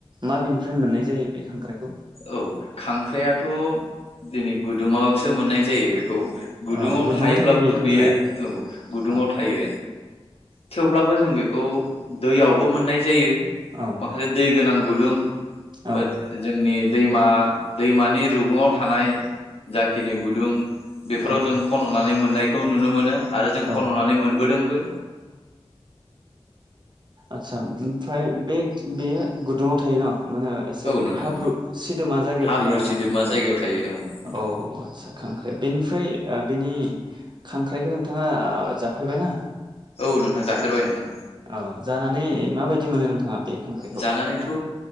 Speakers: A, on the right (about 45°); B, on the left (about 75°).
A: माबेनिफ्राय मोननाय जायो बे खांख्राइखौ
B: औ खांख्राइआथ' दिनै गुदुङावसो मोननाय जायो बेखौ गुदुङाव
A: अ
B: थायोब्लाबो
A: थायो बे खांख्राइआ
B: बियो औ गुदुङाव
A: अ
B: थायो। थेवब्लाबो जों बेखौ दैयावबो मोननाय जायो।
A: औ
B: माखासे दै गोनां गुदुं
A: औ
B: बा जोंनि दैमा दैमानि रुगुङाव थानाय जाखिनि गुदुं बेफोराव
A: औ
B: जों खननानै मोनो। मोननायखौ नुनो मोनो। आरो जों
A: औ
B: खन'नानै मोनबोदोंबो।
A: आतसा ओमफ्राय बे बेयो गुदुङाव थायो न' मा होनो एसे
B: औ नोंथां
A: हाब्रु सिदोमा जायगायाव
B: हाब्रु
A: थायो आरो
B: सिदोबमा
A: ना खांख्राइआ
B: जायगायाव थायो औ नोंथां
A: औ आदसा खांख्राइ बेनिफ्राय ओ बेनि खांख्राइखौ नोंथाङा ओ जाफैबायना
B: औ नोंथां जाफेरबाय नोंथां।
A: औ जानानै माबायदि मोनो नोंथाङा बे औ
B: जानानैथ'